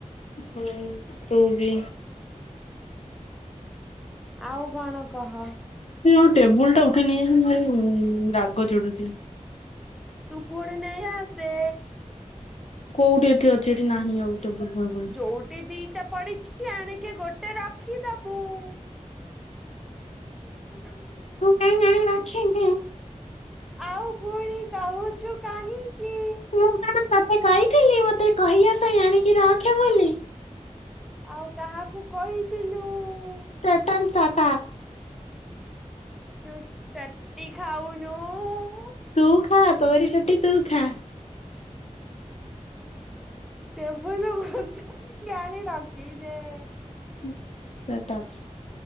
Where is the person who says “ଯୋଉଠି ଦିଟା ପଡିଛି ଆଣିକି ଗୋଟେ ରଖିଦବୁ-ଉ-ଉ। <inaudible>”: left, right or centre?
Centre